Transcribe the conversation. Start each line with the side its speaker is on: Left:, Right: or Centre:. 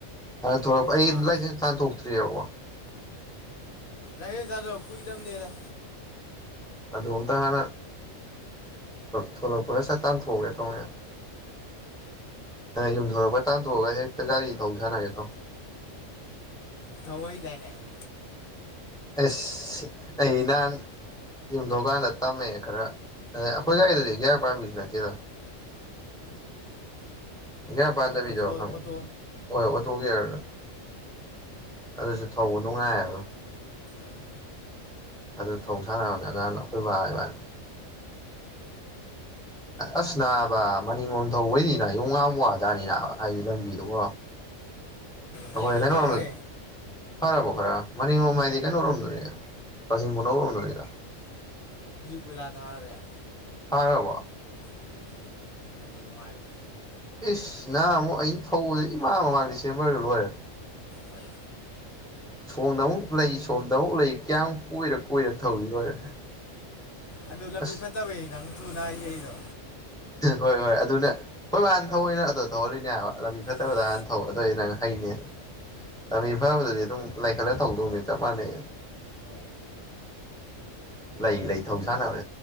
Centre: ꯍ ꯅ ꯊꯣꯛꯂꯛꯄ ꯑꯩꯒꯤꯗꯤ
Left: ꯑꯥ
Centre: ꯂꯥꯏꯁꯦꯟꯁ ꯇꯥꯟꯊꯣꯛꯇ꯭ꯔꯤꯑꯕꯀꯣ
Left: <inaudible> ꯀꯨꯏꯗꯝꯅꯤꯗ
Centre: ꯑꯗꯨ ꯑꯝꯇ ꯍꯥꯟꯅ ꯊꯣꯂꯛꯄꯒ ꯁꯠ ꯇꯥꯟꯊꯣꯛꯑꯒꯦ ꯇꯧꯅꯦꯗ ꯌꯨꯝꯊꯣꯔꯛꯄ ꯇꯥꯟꯊꯣꯛꯑꯒ ꯍꯦꯛꯇ ꯒꯥꯔꯤ ꯊꯧ ꯁꯥꯟꯅꯒꯦ ꯇꯣ
Left: <inaudible>
Centre: ꯑꯁ ꯑꯩ ꯅꯍꯥꯟ ꯌꯨꯝꯊꯣꯡꯀꯥꯟꯗ ꯇꯝꯃꯛꯑꯦ ꯈꯔ ꯑ ꯑꯩꯈꯣꯏ
Left: ꯎꯝ
Centre: ꯒꯥꯔꯤꯗꯨꯗꯤ ꯒ꯭ꯌꯥꯔ ꯄꯥꯟꯕꯁꯨ ꯅꯠꯇꯦꯗ
Left: ꯑꯣ
Centre: ꯒꯦꯌꯥꯔ ꯄꯥꯟꯗꯕꯤꯗꯣ
Left: ꯑꯣꯇꯣ ꯑꯣꯇꯣ
Centre: ꯍꯣꯏ ꯑꯣꯇꯣ ꯒꯦꯌꯥꯔ ꯑꯗꯨꯁꯨ ꯊꯧꯕ ꯅꯨꯡꯉꯥꯏꯑꯕꯣ
Left: ꯑꯣꯏꯣꯏ
Centre: ꯑꯗꯨ ꯊꯧ ꯁꯥꯟꯅꯕꯅꯦ ꯅꯍꯥꯟ ꯑꯩꯈꯣꯏ ꯕꯥ <inaudible> ꯑꯁ ꯅꯥꯕ ꯃꯅꯤꯡꯂꯣꯝ ꯊꯧꯕꯩꯅꯤꯅ ꯌꯣꯡ ꯉ ꯋꯥꯖꯥꯠꯅꯤꯅ ꯍꯥꯏꯗꯤ ꯂꯝꯕꯤꯗꯨꯀꯣ ꯑꯩꯈꯣꯏ
Left: ꯍꯧꯖꯤꯛꯇꯤ
Centre: ꯀꯩꯅꯣꯔꯣꯝꯗ
Left: ꯐꯒ꯭ꯔꯦ
Centre: ꯐꯔꯕꯣ ꯈꯔ ꯃꯅꯤꯡ ꯍꯥꯏꯗꯤ ꯀꯩꯅꯧꯔꯣꯝꯗꯣꯅꯦ ꯂꯧꯁꯤꯡ ꯀꯨꯅꯧꯔꯣꯝꯗꯣꯏꯅꯤꯗ
Left: ꯍꯨꯖꯤꯛ ꯀꯣꯏꯂꯥ ꯊꯥꯒꯔꯦ
Centre: ꯊꯥꯒꯔꯕꯣ
Left: ꯎꯝ ꯂꯝꯕꯤ ꯅꯨꯡꯉꯥꯏꯔꯦ
Centre: ꯏꯁ ꯅꯍꯟ ꯑꯃꯨꯛ ꯑꯩꯅ ꯊꯧꯕꯁꯦ ꯏꯃꯥꯡ ꯃꯃꯥꯡꯗꯤ ꯁꯦꯝꯕꯔ ꯂꯣꯏꯔꯦ
Left: ꯍꯣꯏ
Centre: ꯁꯣꯝꯗ ꯑꯃꯨꯛ ꯂꯩ ꯁꯣꯝꯗ ꯑꯃꯨꯛ ꯂꯩ ꯀꯌꯥꯝ ꯀꯣꯏꯔ ꯀꯣꯏꯔꯒ ꯊꯧꯔꯤ ꯂꯣꯏꯔꯦ
Left: ꯑꯗꯨ ꯂꯝꯕꯤ
Centre: ꯑꯁ
Left: ꯐꯠꯇꯕꯩ ꯅꯪ ꯊꯨꯅ ꯑꯩꯌꯦ ꯑꯩꯗꯣ
Centre: ꯍꯣꯏ ꯍꯣꯏ ꯑꯗꯨꯅ ꯍꯣꯏ ꯍꯥꯟ ꯊꯧꯑꯣꯏꯅ ꯑꯗꯨ ꯊꯧꯍꯜꯂꯤꯅꯦ ꯍꯥꯏꯕ ꯂꯝꯕꯤ ꯐꯠꯇꯕꯗ
Left: ꯍꯣꯏ
Centre: ꯍꯥꯟꯅ ꯊꯧꯋꯏ ꯑꯗꯨꯗꯤ ꯅꯪ ꯍꯩꯅꯦ ꯂꯝꯕꯤ ꯐꯕꯗꯗꯤ ꯑꯗꯨꯝ ꯂꯥꯏꯈꯠꯂ ꯊꯧꯗꯧꯅꯦ ꯆꯞ ꯃꯥꯟꯅꯩ
Left: ꯍꯣꯏ
Centre: ꯂꯩ ꯂꯩ ꯊꯧꯁꯥꯅꯕ